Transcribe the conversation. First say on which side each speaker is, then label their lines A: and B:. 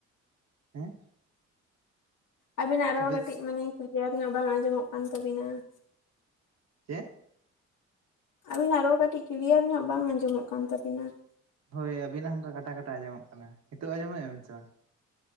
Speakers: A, on the right; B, on the left.
A: ᱦᱮᱸ?
B: ᱟᱵᱤᱱᱟᱜ ᱨᱚᱲ
A: ᱟᱯᱮ
B: ᱠᱟᱹᱴᱤᱡ ᱢᱟᱱᱮ ᱠᱞᱤᱭᱟᱨ ᱧᱚᱜ ᱵᱟᱝ ᱟᱸᱡᱚᱢᱚᱜ ᱠᱟᱱ ᱛᱟᱹᱵᱤᱱᱟ ᱾
A: ᱪᱮᱜ?
B: ᱟᱵᱤᱱᱟᱜ ᱨᱚᱲ ᱠᱟᱹᱴᱤᱡ ᱠᱞᱤᱭᱟᱨ ᱧᱚᱜ ᱵᱟᱝ ᱟᱸᱡᱚᱢᱚᱜ ᱠᱟᱱ ᱛᱟᱹᱵᱤᱱᱟ ᱾
A: ᱦᱳᱭ ᱟᱵᱤᱱᱟᱜ ᱦᱚᱸ ᱚᱱᱠᱟ ᱠᱟᱴᱟ ᱠᱟᱴᱟ ᱟᱸᱡᱚᱢᱚᱜ ᱠᱟᱱᱟ ᱾ ᱱᱤᱛᱚᱜ ᱟᱸᱡᱚᱢᱮᱜᱼᱟ ᱵᱤᱱ ᱥᱮ ᱵᱟᱝ?